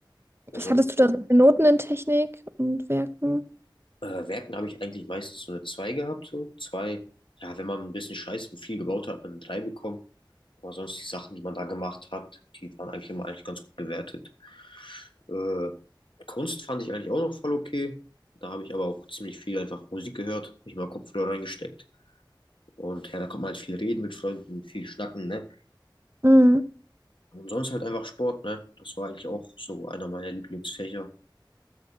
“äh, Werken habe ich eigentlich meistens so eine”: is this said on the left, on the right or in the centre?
Left